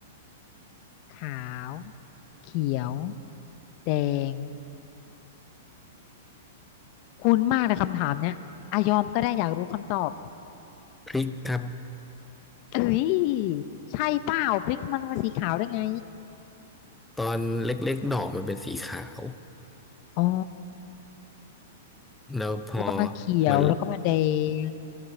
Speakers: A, on the left; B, in the centre.
A: ขาวเขียวแดงคุ้นมากเลยคำถามเนี้ยอายอมก็ได้อยากรู้คำตอบ
B: พริกครับ
A: เอ้ยใช่เปล่าพริกมันมาสีขาวได้ไง
B: ตอนเล็กๆดอกมันเป็นสีขาว
A: อ๋อ
B: แล้วพอ
A: แล้วก็มาเขียวแล้วก็มาแด
B: มัน
A: ง